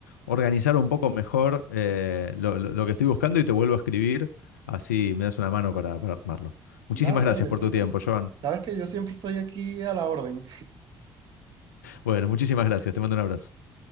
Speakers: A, on the left (about 75°); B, on the right (about 50°).
A: organizar un poco mejor eh, lo, lo- lo que estoy buscando y te vuelvo a escribir, así me das una mano para, para armarlo. Muchísimas
B: Dale,
A: gracias
B: dale,
A: por
B: tranquilo.
A: tu tiempo, Joan.
B: Sabes que yo siempre estoy aquí a la orden.
A: Bueno, muchísimas gracias, te mando un abrazo.